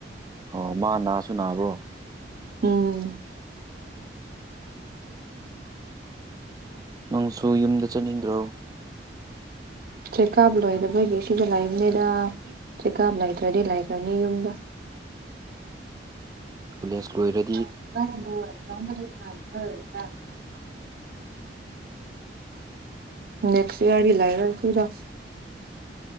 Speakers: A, on the right (about 20°); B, on the right (about 55°).
A: ꯑꯣ ꯃꯥ ꯅꯥꯁꯨ ꯅꯥꯕ꯭ꯔꯣ
B: ꯎꯝ
A: ꯅꯪꯁꯨ ꯌꯨꯝꯗ ꯆꯠꯅꯤꯡꯗ꯭ꯔꯣ
B: ꯆꯦꯛ ꯀꯥꯞ ꯂꯣꯏꯗ ꯃꯣꯏꯒꯤ ꯁꯤꯗ ꯂꯥꯛꯏꯕꯅꯤꯅ ꯆꯦꯀꯥꯝ ꯂꯩꯇ꯭ꯔꯗꯤ ꯂꯥꯏꯈ꯭ꯔꯅꯤ ꯌꯨꯝꯗ
A: ꯀꯂꯁꯂꯔ
B: ꯁ <unintelligible> <inaudible> ꯅꯦꯛꯁ ꯂꯥꯏꯔ ꯁꯤꯔ